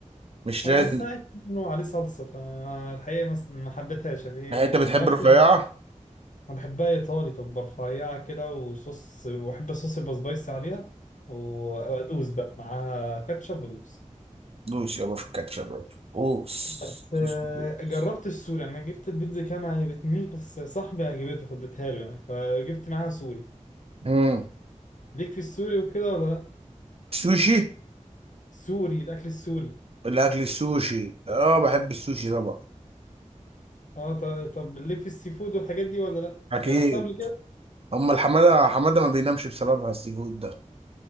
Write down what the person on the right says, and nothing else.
مش
لازم
يعني انت بتحب
الرفيعة
دوس يابا في الكاتشب يابا. دوس
دوس دوس.
مم.
سوشي
الاكل السوشي اه بحب السوشي طبعا
اكيد
اما الحماده حماده ما بينامش بسببها السي فود ده